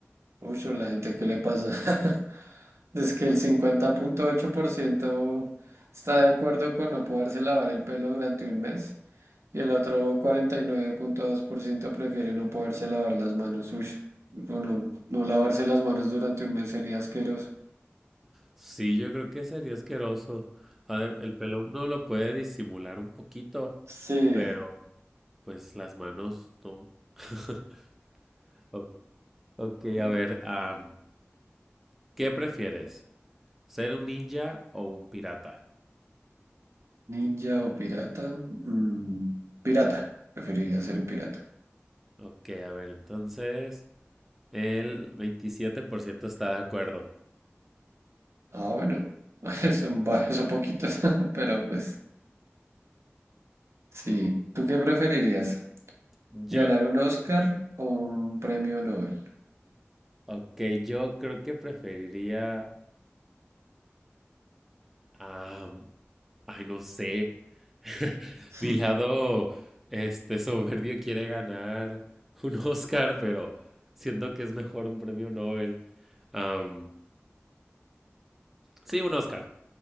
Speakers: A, on the right; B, in the centre.
A: Uy, a la gente, ¿qué le pasa? <laughs> Es que el cincuenta punto ocho por ciento está de acuerdo con no poderse lavar el pelo durante un mes y el otro cuarenta y nueve punto dos por ciento prefiere no poderse lavar las manos. Uy, no, no no lavarse las manos durante un mes sería asqueroso.
B: Sí, yo creo que sería asqueroso. A ver, el pelo uno lo puede disimular un poquito,
A: Sí.
B: pero pues las manos no. <laughs> O- Ok,
A: <laughs>
B: a ver, am, ¿qué prefieres? ¿Ser un ninja o un pirata?
A: Ninja o pirata. mm, pirata. Preferiría ser un pirata.
B: Ok, a ver, entonces el 27% está de acuerdo.
A: Ah, bueno. <laughs> Son varios, son poquitos, <laughs> pero pues sí. ¿Tú qué preferirías?
B: Yo,
A: ¿Ganar un Oscar o un premio Nobel?
B: ok, yo creo que preferiría, ah, ay, no sé, <laughs>
A: <laughs>
B: mi lado, este, soberbio quiere ganar un Oscar, pero siento que es mejor un premio Nobel. Am, sí, un Oscar.